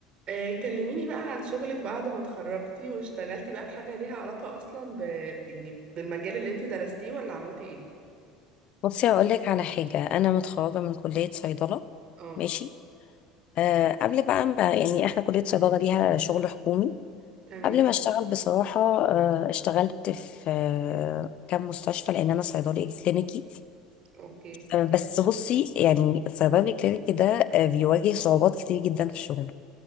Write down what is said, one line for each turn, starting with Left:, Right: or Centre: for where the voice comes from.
Right: آه، كلميني بقى عن شغلك بعد ما اتخرجتي واشتغلتي بقى بحاجة ليها علاقة أصلا ب... يعني بالمجال اللي انتي درستيه ولا عملتي ايه؟
Left: بصي هقول لك على حاجة أنا متخرجة من كلية صيدلة
Right: اه
Left: ماشي آه قبل بقى ما يعني إحنا كلية صيدلة ليها شغل حكومي
Right: تمام
Left: قبل ما أشتغل بصراحة آه اشتغلت في آه كام مستشفى لأن أنا صيدلي كلينيكي
Right: اوكي
Left: آه بس بصي يعني الصيدلي الكلينيكي ده آه بيواجه صعوبات كتير جدا في شغله